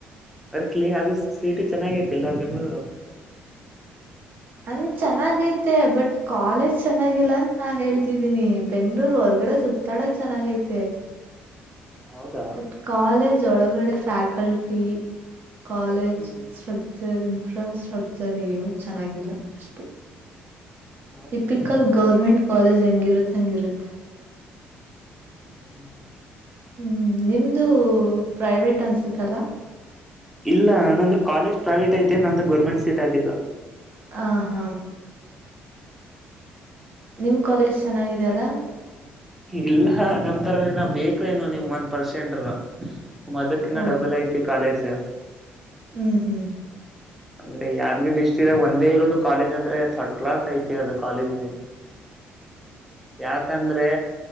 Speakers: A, in the centre; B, on the right.
A: ಕ್ಲೀ ಅದು ಸಿ ಇ ಟಿ ಚೆನ್ನಾಗೈತಿಲ್ಲಾ ಬೆಂಗಳೂರು.
B: ಹಂಗ್ ಚೆನ್ನಾಗೈತೆ ಬಟ್ ಕಾಲೇಜ್ ಚೆನ್ನಾಗಿಲ್ಲಾ ಅಂತ ನಾ ಹೇಳ್ತಿದೀನಿ ಬೆಂಗ್ಳೂರ್ ಹೊರ್ಗಡೆ ಸುತ್ತ್ ತ್ತಾಡಕ್ ಚೆನ್ನಾಗೈತೆ.
A: ಹೌದಾ
B: ಬಟ್ ಕಾಲೇಜ್ ಒಳಗಡೆ ಫ್ಯಾಕಲ್ಟಿ ಕಾಲೇಜ್
A: ಹ್ಮ್
B: ಶ. ರ್ ಇನ್ಫ್ರಾಸ್ಟ್ರಕ್ಚರ್ ಏನು ಚೆನ್ನಾಗಿಲ್ಲ ಅಷ್ಟೇ.
A: ಹೌದಾ
B: ಟಿಪಿಕಲ್ ಗೌರ್ಮೆಂಟ್ ಕಾಲೇಜ್ ಹೆಂಗಿರುತ್ತೆ ಹಂಗಿರುತ್ತೆ.
A: ಹ್ಮ ಹ್ಮ್.
B: ಹ್ಮ್ ನಿಮ್ದು ಪ್ರೈವೇಟ್ ಅನ್ಸತ್ತಲಾ.
A: ಇಲ್ಲ ನಂದು ಕಾಲೇಜ್ ಪ್ರೈವೇಟ್ ಐತಿ ನಂದು ಗೌರ್ಮೆಂಟ್ ಸೀಟ್ ಆಗಿದ್ದು.
B: ಆ ಹಾ. ನಿಮ್ ಕಾಲೇಜ್ ಚೆನ್ನಿಗಿದೆ ಅಲ್ಲಾ.
A: ಇಲ್ಲ ನಮ್ದಾರ ನೀ ಬೇಕು ಏನು ನಿಮ್ ಒಂದ್ ಪರ್ಸೆಂಟ್. ಮದರ್ಕನ್ನ
B: ಓ
A: ಡಬಲ್ ಐತಿ ಕಾಲೇಜ.
B: ಹ್ಮ್ ಹ್ಮ್
A: ಅಂದ್ರೆ ಯಾದಾಗಿರಿ ಡಿಸ್ಟ್ರಿಕಗ ಒಂದೇ ಇರೋದು ಕಾಲೇಜ್ಂದ್ರೆ ತರ್ಡ್ ಕ್ಲಾಸ್ ಐತೆ ಅದು ಕಾಲೇಜ್. ಯಾಕಂದ್ರೆ?